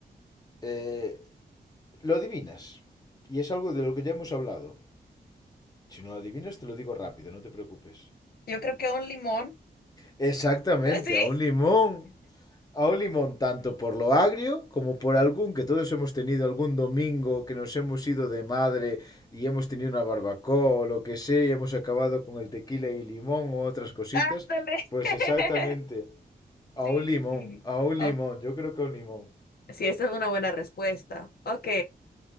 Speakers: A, on the left (about 25°); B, on the left (about 70°).
A: Eh, lo adivinas. Y es algo de lo que ya hemos hablado. Si no lo adivinas, te lo digo rápido, no te preocupes.
B: Yo creo que un limón.
A: Exactamente,
B: <laughs> Sí,
A: a un limón. A un limón, tanto por lo agrio como por algún que todos hemos tenido algún domingo que nos hemos ido de madre y hemos tenido una barbacoa o lo que sea y hemos acabado con el tequila y limón o otras cositas.
B: <laughs> ándale.
A: Pues
B: <laughs>
A: exactamente, a
B: Sí.
A: un limón, a un
B: O-
A: limón, yo creo que a un limón.
B: sí, esta es una buena respuesta. Ok,